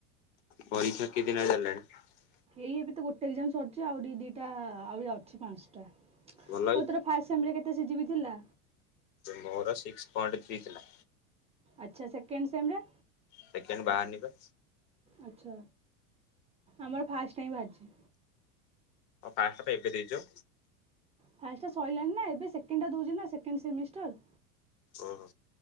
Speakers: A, on the left (about 55°); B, on the right (about 15°).
A: ପରୀକ୍ଷା କେଦିନ ହେଲାଣି ଚାଲିଲାଣି।
B: ଏଇ ଏବେତ ଗୋଟେ ଏକଜାମ ସରିଚି। ଆହୁରି ଦିଟା ଆ ଅଛି ପାଞ୍ଚଟା। ଆଉ
A: ଭଲ
B: ତୋର ଫାଷ୍ଟ ସେମରେ କେ ସିଯିବି ଥିଲା।
A: ମୋର ସିକ୍ସି ପଏଣ୍ଟ ଥ୍ରୀ ଥିଲା।
B: ଆଚ୍ଛା ସେକେଣ୍ଡ ସେମ ରେ।
A: ସେକେଣ୍ଡ ବାହାରି ନି ପା।
B: ଆଚ୍ଛା ଆମର ଫାର୍ଷ୍ଟ ଟାଇମ ଭାରଛି।
A: ଆଉ ପାସଟା ପା ଏବେ ଦେଇଚ।
B: ଫାଷ୍ଟ ଟା ସଇଲାଣି ନା ଏବେ ସେକେଣ୍ଡ ଦୋଉଚୀ ନା ସେକେଣ୍ଡ ସେମିଷ୍ଟାର।
A: ଓ ହୋ।